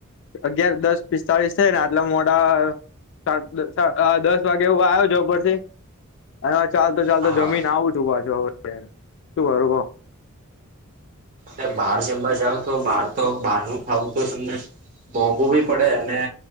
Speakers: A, on the left (about 55°); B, on the right (about 40°).
A: અગિયાર દસ પિસ્તાળીસ થાય ને આટલા મોડા સાદ દસ અ આ દસ વાગે એવું આવ્યો છે ઉપરથી <unintelligible> ચાલ તો ચાલતો
B: હા
A: જમીને આવું છું પાછો હવે <unintelligible> શું કરું બો
B: એટલે બહાર જમવા જાઉં તો બાર તો બહાર નું ખાવું તો તમને મોંઘું બી પડે અને